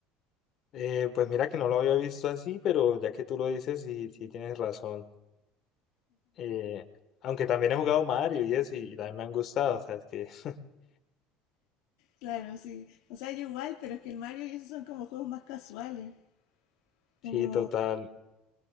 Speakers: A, on the left; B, on the left.
A: Eh, pues mira que no lo había visto así, pero ya que tú lo dices, sí, sí tienes razón. Eh, aunque también he jugado Mario y eso, y, también me han gustado, o sea, es que <laughs>
B: Claro, sí. O sea, yo igual, pero es que el Mario y esos son como juegos más casuales.
A: sí,
B: Como,
A: total.